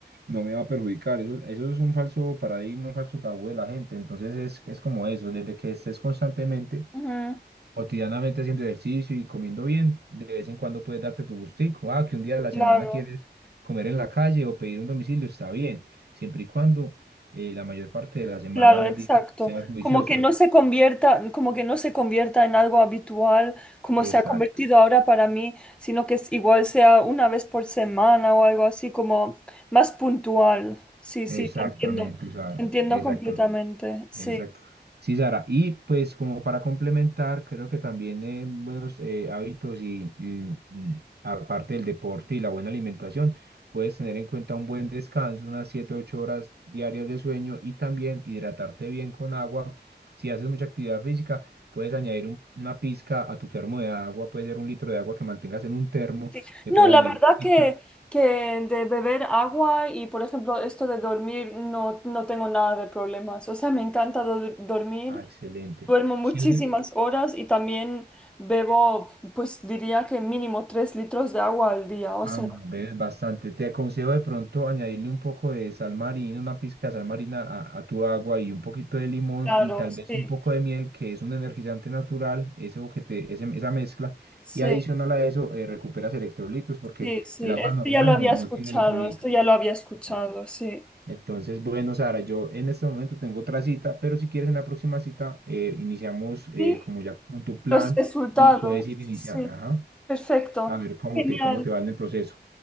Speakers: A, on the right (about 65°); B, in the centre.
A: no me va a perjudicar. Eso, eso es un falso paradigma, un falso tabú de la gente. Entonces, es, es como eso, desde que estés constantemente
B: Ujú,
A: cotidianamente haciendo ejercicio y comiendo bien, de vez en cuando puedes darte tu gustico. Ah, que un día de la
B: Claro.
A: semana quieres comer en la calle o pedir un domicilio, está bien, siempre y cuando eh, la mayor parte de la semana
B: Claro,
A: de los
B: exacto.
A: días seas juiciosa.
B: Como que no se convierta, como que no se convierta en algo habitual, como
A: Exacto,
B: se ha convertido ahora para mí, sino que es- igual sea una vez por semana o algo así, como más puntual. Sí,
A: exactamente,
B: sí, te entiendo,
A: o sea,
B: te entiendo
A: exacto.
B: completamente. Sí,
A: Exacto. Sí, Sara. Y pues como para complementar, creo que también eh, buenos eh, hábitos y, y, mm, aparte del deporte y la buena alimentación, puedes tener en cuenta un buen descanso, unas 7 8 horas diarias de sueño y también hidratarte bien con agua. Si haces mucha actividad física, puedes añadir un- una pizca a tu termo de agua, puede ser un litro de agua que mantengas en un termo,
B: sí.
A: le
B: No,
A: puedes
B: la
A: añadir
B: verdad
A: una pizca.
B: que, que de beber agua y, por ejemplo, esto de dormir, no, no tengo nada de problemas. O sea, me encanta do- dormir.
A: Ah, excelente.
B: Duermo muchísimas
A: Si haces,
B: horas y también bebo, pues diría que mínimo tres litros de agua al día. O sea,
A: Ah, no, ves bastante. Te aconsejo de pronto añadirle un poco de sal marina, una pizca de sal marina a, a tu agua y un poquito de limón
B: claro,
A: y tal
B: sí,
A: vez un poco de miel, que es un energizante natural, eso que te, ese- esa mezcla.
B: sí,
A: Y adicional a eso, eh, recuperas electrolitos porque
B: sí, sí.
A: el agua
B: Esto
A: normal
B: ya lo había
A: no, no
B: escuchado,
A: tiene electrolitos.
B: esto ya lo había escuchado,
A: Sí.
B: sí.
A: Entonces, bueno, Sara, yo en este momento tengo otra cita, pero si quieres en la próxima cita, eh, iniciamos eh,
B: Sí,
A: como ya con tu plan
B: los resultados,
A: y puedes ir iniciando,
B: sí.
A: ajá,
B: Perfecto.
A: a ver cómo
B: Genial.
A: te, cómo te va en el proceso.